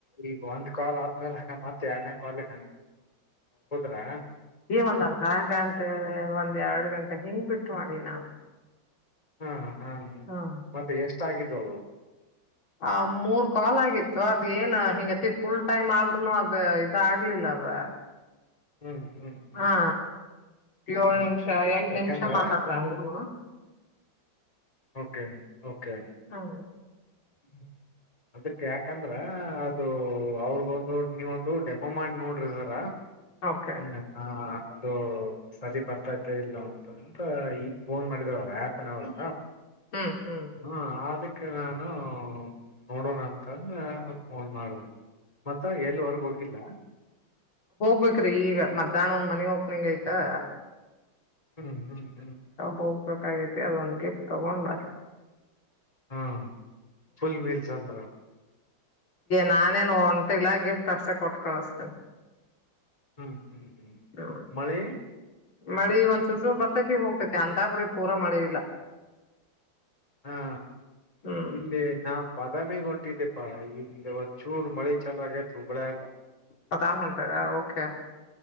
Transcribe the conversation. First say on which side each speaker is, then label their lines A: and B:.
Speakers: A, on the left (about 15°); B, on the left (about 75°).
A: ಈಗ ಒಂದು ಕಾಲ ಆದ್ಮೇಲೆ ಹೆಂಗೆ ಎರಡನ ಕಾಲು ಹೋದರೆ
B: ಈ ಒಂದ ಅರ್ಧ ಗಂಟೆ ಎರಡಬಿಟ್ಟು ಮಾಡಿ ನಾನು
A: ಹಾ ಹಾ
B: ಹ್ಞೂ
A: ಮತ್ತೆ ಇಷ್ಟ ಇದ್ವು
B: ಒಂದು ಮೂರ ಕಾಲ ಆಯಿತು ಅದು ಏನಾಗೈತಿ, ಅದು ಫುಲ್ ಟೈಮ್ ಆದ್ರೂನು ಇದಾಗಿಲ್ಲದು
A: ಹ್ಮ್ ಹ್ಮ್ ಹ್ಮ್
B: ಹಾ ಏಳು
A: ಹ್ಮ್
B: ನಿಮಿಷ ಎರಡು
A: ಯಾಕಂದ್ರ
B: ನಿಮಿಷ ಮಾತಾಡಿದ್ರೆ go no
A: okay okay
B: how
A: ಹ್ಮ ಅದಕ್ಕೆ ಯಾಕಂದ್ರೆ ಅದು ಅವರು ನೀವೊಂದು ಮಾಡಿ ನೋಡ್ರಿ ಸರ
B: ಓಕೆ
A: ಹ ಹಾ ಅದು ಸರಿ ಬರ್ತಾ ಇಲ್ಲ ಅಂತಂದು ಈಗ್ ಫೋನ್ ಮಾಡಿದ್ರು ಅವರು ಯಾಪ್ ನವರು
B: ಹ್ಮ್ ಹ್ಮ್
A: ಹ್ಮ ಓಕೆ ನಾನು ನೋಡೋಣ ಅಂತಂದು ಅದು ಫೋನ್ ಮಾಡಿದೆ ಅತ್ತೆಯಲ್ಲಿ ಹೊರ ಹೋಗಿಲ್ಲ
B: ಬೇಕ್ರಿ ಈಗ ಮಧ್ಯಾಹ್ನ ಒಂದು ಮನೆ ಓಪನಿಂಗ್ ಆಯ್ತಾ
A: ಹ್ಮ್ ಹ್ಮ್
B: ಹೋಗ್ಬೇಕಾಗಿದೆ ಒಂದು ಗಿಫ್ಟ್ ತಂದು
A: ಹಾ ಫುಲ್ ಮೂವೀಸ್ ಅಂದ್ರೆ
B: ನಾನೇನ್ ಹೊಂಟಿಲ್ಲ ಗಿಫ್ಟ್ ತಟ್ಟೆ ಕೊಟ್ಟು ಕಳಿಸ್ತೀನಿ
A: ಹ್ಞೂ ಹ್ಞೂ ಹ್ಞೂ
B: ಹ್ಮ್
A: ಮಳೆ
B: ಮಳಿ ಒಂದ್ ಚುರು ಚು ಬರ್ತೈತಿ ಹೋಗ್ತೈತಿ ಅಂತಾಪ್ರೀ ಪೂರ ಮಳ ಇಲ್ಲ
A: ಹಾ
B: ಹ್ಮ್
A: ಇಲ್ಲಿ ನಾವು ಬಾದಾಮಿಗೆ ಒಂಟಿಕೊಪ್ಪ ಇಲ್ಲಿ ಒಂದು ಚೂರು ಮಳೆ ಚಲವಾದಿ ಹುಬ್ಬಳ್ಳಿ
B: ಬಾದಾಮ್ ಒಂಟಿದ್ರಾ ಓಕೆ